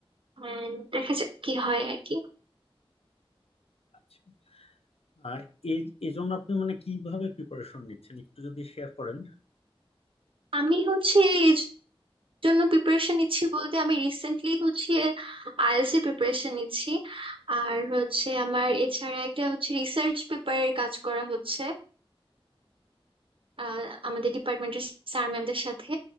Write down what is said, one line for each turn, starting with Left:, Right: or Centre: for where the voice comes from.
Right: And দেখা যাক কি হয় আর কি
Left: আচ্ছা আহ, এই এই জন্য আপনি মানে কিভাবে প্রিপারেশন নিচ্ছেন একটু যদি শেয়ার করেন
Right: আমি হচ্ছে এই জন্য প্রিপারেশন নিচ্ছি বলতে আমি রিসেন্টলি হচ্ছে আইএলটিএস এর প্রিপারেশন নিচ্ছি আর হচ্ছে আমার এছাড়া একটা হচ্ছে রিসার্চ পেপারের কাজ করা হচ্ছে আহ, আমাদের ডিপার্টমেন্টের স্যার ম্যামদের সাথে